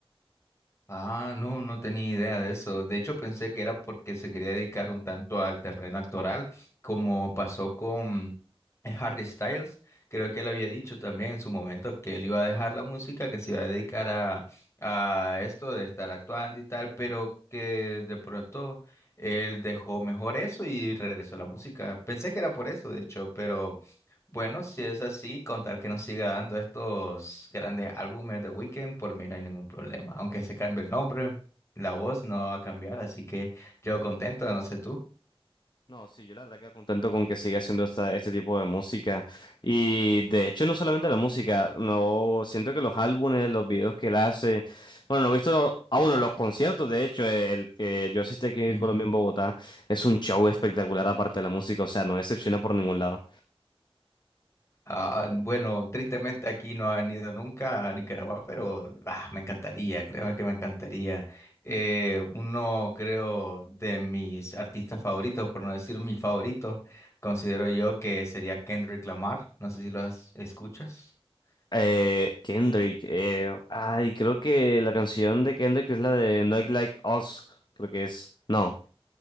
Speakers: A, on the left; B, on the left.
A: Ah, no, no tenía idea de eso. De hecho, pensé que era porque se quería dedicar un tanto al terreno actoral, como pasó con eh, Harry Styles. Creo que él había dicho también en su momento que él iba a dejar la música, que se iba a dedicar a, a esto de estar actuando y tal, pero que de pronto él dejó mejor eso y regresó a la música. Pensé que era por eso, de hecho, pero... Bueno, si es así, contar que nos siga dando estos grandes álbumes de Weekend, por mí no hay ningún problema. Aunque se cambie el nombre, la voz no va a cambiar, así que yo contento, no sé tú.
B: No, sí, yo la verdad que contento con que siga haciendo esta, este tipo de música. Y de hecho, no solamente la música, no siento que los álbumes, los videos que él hace, bueno, no he visto, ah, bueno, los conciertos, de hecho, el que yo asistí aquí en
A: Ujú.
B: Colombia, en Bogotá, es un show espectacular aparte de la música, o sea, no decepciona por ningún lado.
A: Ah, bueno, tristemente aquí no ha venido nunca a Nicaragua, pero ah, me encantaría, créeme que me encantaría. Eh, uno, creo, de mis artistas favoritos, por no decir mi favorito, considero yo que sería Kendrick Lamar. No sé si lo has- escuchas. <laughs>
B: Eh, Kendrick, eh, ay, creo que la canción de Kendrick es la de Not Like Us, creo que es. No.